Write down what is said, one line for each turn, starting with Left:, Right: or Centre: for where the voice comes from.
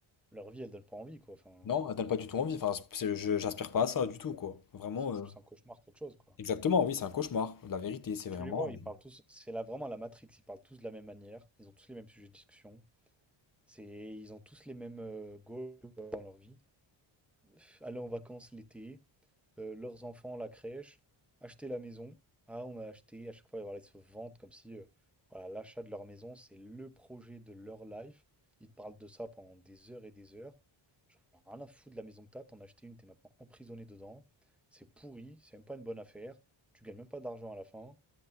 Centre: leur vie, elle donne pas envie, quoi. Enfin,
Left: non, elles donnent pas du tout envie. Enfin, c'est- je- j'aspire pas à ça du tout, quoi. Vraiment,
Centre: c'est plus
Left: euh,
Centre: un cauchemar qu'autre chose, quoi.
Left: exactement, oui, c'est un cauchemar. La vérité, c'est
Centre: Et tu
Left: vraiment.
Centre: les vois,
Left: euh,
Centre: ils parlent tous. C'est là vraiment la Matrix. Ils parlent tous de la même manière. Ils ont tous les mêmes sujets de discussion. C'est, ils ont tous les mêmes euh, goals dans leur vie. Pff, Aller en vacances l'été, euh, leurs enfants, la crèche, acheter la maison. Ah, on a acheté, à chaque fois, voilà, ils se vantent comme si euh, voilà, l'achat de leur maison, c'est le projet de leur life. Ils te parlent de ça pendant des heures et des heures. J'en ai rien à foutre de la maison que t'as, t'en as acheté une, t'es maintenant emprisonné dedans. C'est pourri, c'est même pas une bonne affaire. Tu gagnes même pas d'argent à la fin.